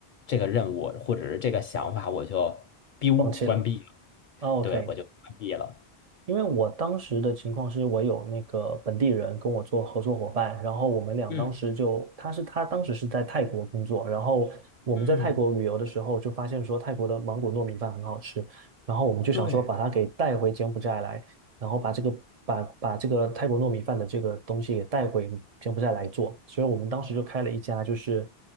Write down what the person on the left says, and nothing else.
这个任务或者是这个想法，我就 biu
关闭了，
对，我就关闭了。
嗯
嗯，
对，